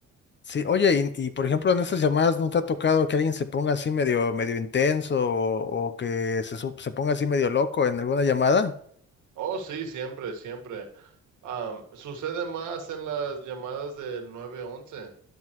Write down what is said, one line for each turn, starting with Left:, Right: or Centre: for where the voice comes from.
Left: Sí, oye, y, y, por ejemplo en esas llamadas no te ha tocado que alguien se ponga así medio, medio intenso o, o que se, su- se ponga así medio loco en alguna llamada?
Right: Oh, sí, siempre, siempre. Am, sucede más en las llamadas del nueve once